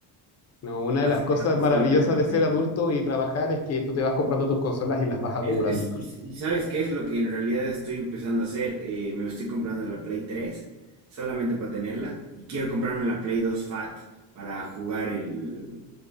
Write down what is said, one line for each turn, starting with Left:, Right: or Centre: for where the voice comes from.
Left: No, una de
Right: Así
Left: las cosas
Right: que no,
Left: maravillosas
Right: solo tengo la
Left: de
Right: Play.
Left: ser adulto y trabajar es que tú te vas comprando tus consolas y las vas acumulando.
Right: Es, es- y, y ¿sabes qué es lo que en realidad estoy empezando a hacer? Eh, me estoy comprando la Play 3, solamente para tenerla y quiero comprarme la Play 2 Fat para jugar el...